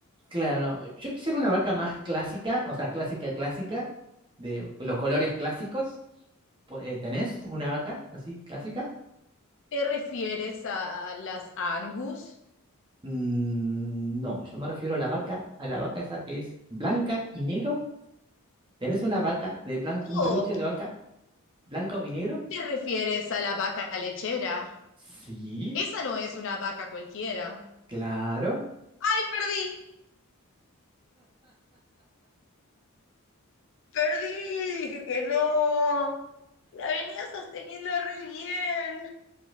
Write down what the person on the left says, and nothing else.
¿Te refieres a las Angus
o
te refieres a la vaca lechera?
Esa no es una vaca cualquiera.
¡Ay, perdí! Perdí, dije que no. La venía sosteniendo re bien.